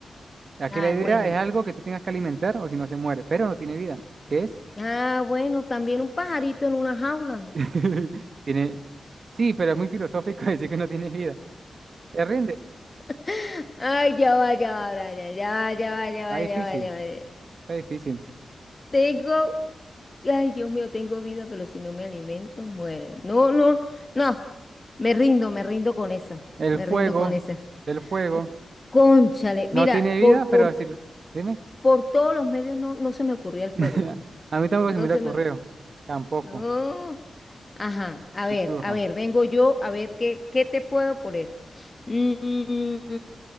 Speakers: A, on the right; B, on the left.
A: Aquí
B: Ah,
A: la idea
B: bueno.
A: es algo que tú tengas que alimentar o si no se muere, pero no tiene vida. ¿Qué es?
B: Ah, bueno, también un pajarito en una jaula. <gasps>
A: <laughs> Tiene. Sí, pero es muy filosófico <laughs> decir que no tiene vida. ¿Te rindes?
B: <laughs> Ay, ya va, ya va, Brian, ya va, ya va, ya
A: Está
B: va,
A: difícil,
B: ya va, ya va. ya va.
A: está difícil.
B: Tengo Ay, Dios mío, tengo vida, pero si no me alimento, muere. No, no, no, me rindo, me rindo con esa,
A: El
B: me
A: fuego,
B: rindo con esa.
A: el fuego.
B: Uh, cónchale,
A: No
B: mira,
A: tiene
B: por,
A: vida,
B: por,
A: pero decirlo. Dime.
B: por todos los medios no, no se me ocurría el
A: <laughs>
B: fuego.
A: A mí tampoco
B: No
A: se me
B: se
A: le ocurrió.
B: me.
A: Tampoco.
B: No. Ajá, a ver,
A: Mi turno.
B: a ver, vengo yo a ver qué, qué te puedo poner. Mm,